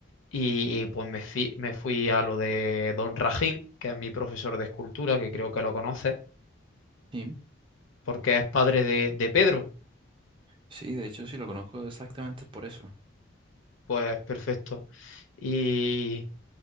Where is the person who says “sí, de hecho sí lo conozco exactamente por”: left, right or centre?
Right